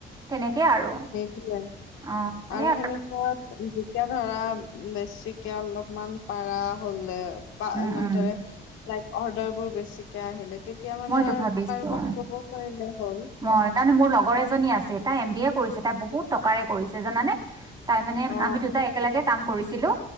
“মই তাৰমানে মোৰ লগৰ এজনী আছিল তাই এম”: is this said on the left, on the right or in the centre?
Right